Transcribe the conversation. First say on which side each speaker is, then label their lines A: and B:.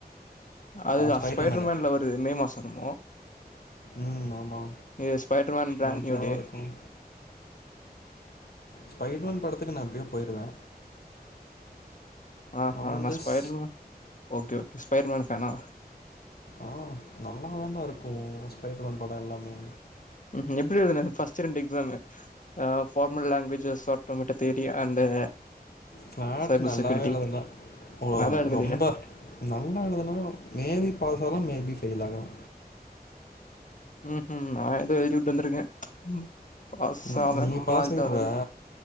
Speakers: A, on the left; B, on the left.
A: அதுதா
B: ஸ்பைடர்
A: ஸ்பைட்ரு
B: மேனு
A: மேன்ல வருது மே மாசோ என்மோ
B: ம் ஆமா
A: இது ஸ்பைட்ருமேன் பிலன்
B: மஜாவா
A: நியூடே
B: இருக்கும் ஃபை ஒன் படத்துக்கு நா எப்டியு போயிருவே
A: ஆஹா
B: Avengers
A: நா Spiderman okay okay Spiderman ஃபேனா
B: ஆ நல்லா தான்டா இருக்கு ஸ்பைட்ருமேன் படோ எல்லாமே
A: ம்ஹூ எப்டி எழுதுனே ஃபஸ்ட்டு ரெண்டு எக்ஸாமு ஆ ஃபார்மல் லாங்குவேஜ்ஜஸ் சாப்டம்பேட்ட தேடி அண்டு
B: ஃபட்
A: சைபர்
B: நல்லாவே
A: செக்யூரிட்டி
B: எழுதல போ
A: நல்லா எழுதலையா
B: ரொம்ப நல்லா எழுதுனா மேபி பாஸ் ஆலா மேபி ஃபெயில் ஆகலா
A: ம் ஹூ நா ஏதோ எழுதிவுட்டு வந்திருக்கே ம் பாஸ்
B: ம்
A: ஆவே
B: நீ பாஸ்
A: மார்க்
B: ஆயிருவ
A: தா வராது